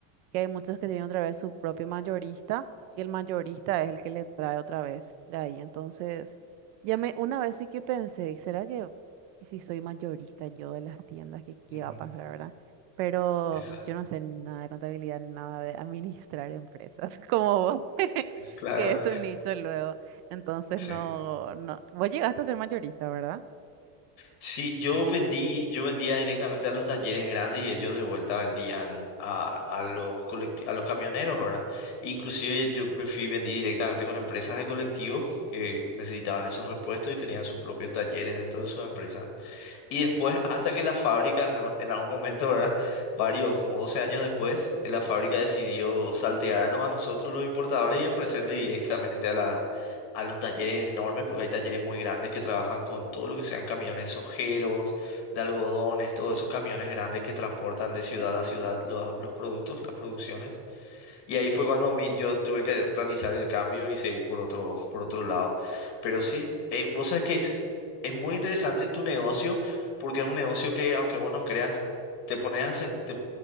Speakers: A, on the right; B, on the left.
A: que hay muchos que tienen otra vez su propio mayorista y el mayorista es el que le trae otra vez de ahí. Entonces, ya me, una vez sí que pensé, ¿será que y si soy mayorista yo de las tiendas, que qué
B: Ujú,
A: va a pasar, verdad? Pero
B: Exacto.
A: mm, yo no sé nada de contabilidad, nada de administrar empresas <laughs> como vos, <laughs>
B: Claro,
A: que es tu nicho luego. Entonces,
B: sí.
A: no, no, vos llegaste a ser mayorista, ¿verdad?
B: Sí, yo vendí, yo vendía directamente a los talleres grandes y ellos de vuelta vendían a, a los colecti- a los camioneros, ¿verdad? Inclusive yo me fui, vendí directamente con empresas de colectivos que necesitaban esos repuestos y tenían sus propios talleres dentro de sus empresas. Y después, hasta que la fábrica, en un- en algún momento, ¿verdad? Varios, como 12 años después, la fábrica decidió saltearnos a nosotros los importadores y ofrecerle directamente a la- a los talleres enormes, porque hay talleres muy grandes que trabajan con todo lo que sean camiones ojeros, de algodones, todos esos camiones grandes que transportan de ciudad a ciudad los, los productos, las producciones. Y ahí fue cuando mi- yo tuve que realizar el cambio y seguir por otro, por otro lado. Pero sí, eh, vos sabes que es, es muy interesante tu negocio porque es un negocio que aunque vos no creas, te pones a, sen- te,